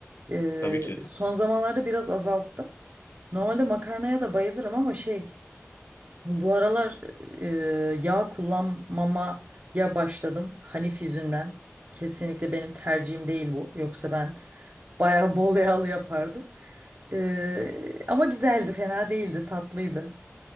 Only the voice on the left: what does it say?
Tabii ki
de.